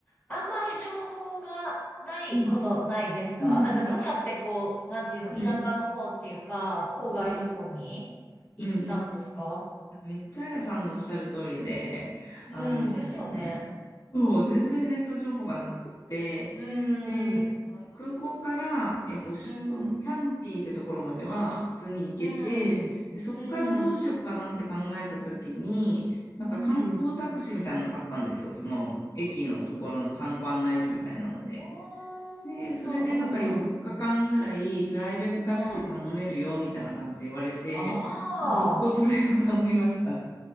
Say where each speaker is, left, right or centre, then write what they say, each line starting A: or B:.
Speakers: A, on the left (about 20°); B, on the left (about 50°).
A: あんまり情報がないことないですかなんかどうやってこう、
B: うん。うんうん。あ、
A: なんていうの、田舎の方っていうか、
B: うん。
A: 郊外の方に行ったんですか
B: うん。うんうん。めっちゃあやさんのおっしゃる通りで、
A: うん、
B: あのー
A: ですよね。
B: そう、全然ネット情報がなくて、
A: うー
B: で、
A: ん、
B: その空港から、えっと、首都、
A: うーん、
B: キャンディーってところまでは普通に行けて、
A: うーん、
B: で、そこからどうしようかなって考えた時に、
A: うーん、
B: なんか観光タクシーみたいなのがあったんですよ、
A: うーん。
B: その駅のところの観光案内所みたいなので。
A: おー、
B: で、それでなんか4日間ぐらいプライベートタクシー頼めるよみたいな感じで言われて、
A: うん、うん、うん。うんああ
B: もう速攻それを頼みました。